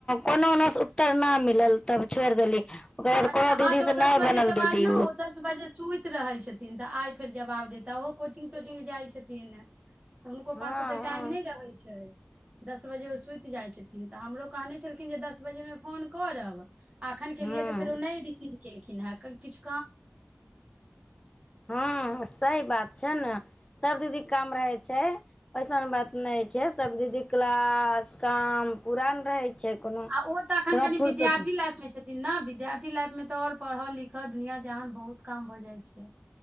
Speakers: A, on the left; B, on the right.
A: कोनो ओनोसँ उत्तर नहि मिलल तब छोड़ि देली ओकर बाद
B: अच्छा
A: कोनो
B: हँ
A: दीदी
B: तऽ
A: से
B: ओ दस
A: नहि
B: बजेके
A: बनल
B: बाद
A: दीदी
B: ने ओ दस बजे सुति रहैत छथिन तऽ आइ फेर जवाब देता ओहो कोचिंग तोचिंग जाइ छथिन तऽ हुनको
A: हँ
B: पास ओते टाइम नहि
A: हँ
B: रहै छै दस बजे ओ सुति जाइ छथिन तऽ हमरो कहने छलखिन जे दस बजेमे फोन करब आखन केेलियए
A: हूँ
B: तऽ फेरो नहि रिसीव केलखिन हें कि किछु
A: हँ सैह बात छै ने सब दीदी काम रहै छै ऐसन बात नहि छै सब दीदी क्लास काम पूरा ने रहै छै कोनो
B: आ ओ तऽ अखन
A: थोड़ा
B: कनि
A: फुर्सत
B: विद्यार्थी लाइफ मे छथिन न विद्यार्थी लाइफ मे तऽ आओर पढ़ऽ लिखह दुनिया जहान बहुत काम भऽ जाइ छै